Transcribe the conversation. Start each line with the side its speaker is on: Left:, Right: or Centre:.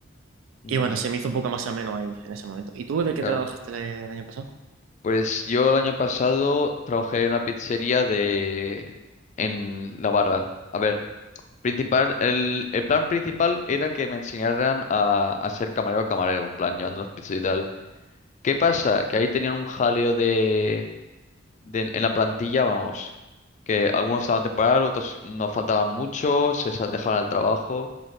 Left: Mm,
Right: Y bueno, se me hizo un poco más ameno ahí en ese momento. ¿Y tú de qué
Left: claro.
Right: trabajaste el el año pasado?
Left: Pues yo el año pasado trabajé en una pizzería de... en la barra. A ver, principal, el, el plan principal era que me enseñaran a, a ser camarero camarero, en plan, llevando las pizzas y tal. ¿Qué pasa? Que ahí tenían un jaleo de, de- en la plantilla, vamos, que algunos estaban temporal, otros no faltaban mucho, se sal- dejaban el trabajo.